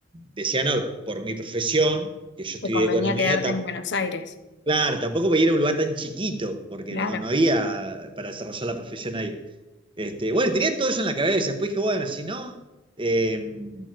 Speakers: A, on the right (about 25°); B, on the left (about 60°).
A: decía, no, por mi profesión, que yo estudié
B: Te convenía
A: economía,
B: quedarte en Buenos Aires,
A: Claro, tampoco podía ir a un lugar tan chiquito, porque
B: claro,
A: no, no había para desarrollar la profesión ahí. Este, bueno, y tenía todo eso en la cabeza. Después dije, bueno, si no, eh,